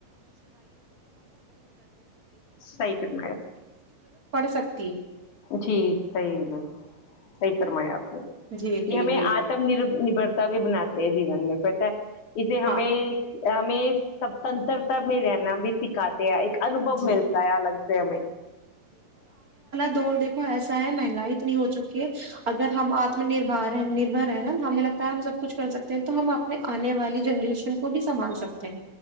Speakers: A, on the left (about 65°); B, on the right (about 25°).
A: صحیح فرمایا
B: سکتے <unintelligible>
A: جی صحیح ہے صی <unintelligible> فرمایے آپ یہ
B: جی جی
A: ہمیں
B: جی
A: آتم نر نبرتا بھی بناتے ہیں جیون میں پتا ہے اسے ہمیں
B: ہاں
A: ہمیں سوتنترتا میں رہنا بھی سکھاتا ایک انوبو
B: جی
A: ملتا ہے الگ سے ہمیں
B: دڑ دیکھو ایسا ہے مہنگائی اتنی ہو چکی ہے اگر ہم آتم نربار ہے نربھر ہے نا ہمیں لگتا ہے ہم سب کچھ کر سکتے ہیں تو ہم اپنے آنے والی جنریشن کو بھی سنبھال سکتے